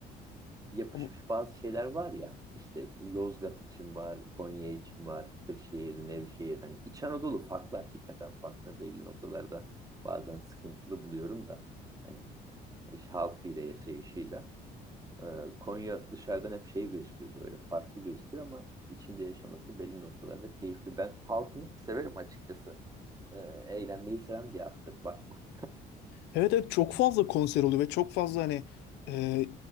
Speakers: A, on the right (about 20°); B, on the left (about 85°).
A: yapışmış
B: Bu-
A: bazı şeyler var ya. işte Yozgat için var, Konya için var, Kırşehir, Nevşehir. Hani İç Anadolu farklı hakikaten farklı. Belli noktalarda bazen sıkıntılı buluyorum da. Hani iş halkıyla, yaşayışıyla. Ee, Konya dışarıdan hep şey gözükür böyle farklı gözükür ama içinde yaşaması belli noktalarda keyifli. Ben halkını severim açıkçası. Ee, eğlenmeyi seven bir halktır bakma.
B: Evet evet çok fazla konser oluyor ve çok fazla hani e,